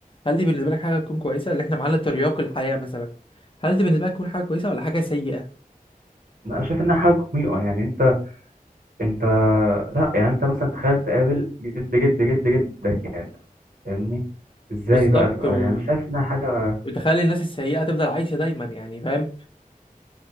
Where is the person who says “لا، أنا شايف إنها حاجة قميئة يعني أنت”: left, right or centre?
Right